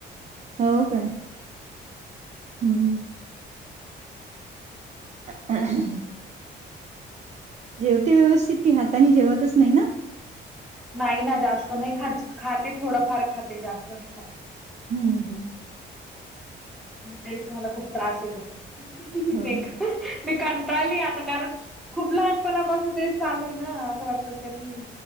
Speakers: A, on the right (about 35°); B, in the centre.
A: हो काय हम्म <inaudible> जेवते व्यवस्थित ती हाताने जेवतच नाही ना
B: नाही ना जास्त नाही ख खाते थोडफार खाते जास्त नाही खाते
A: हम्म हम्
B: मग तेच मला खूप त्रास येतोे
A: हो.
B: मी कंटाळली आता कारण खूप लहानपणापासून ते चालू आहे ना असं वाटतं कधी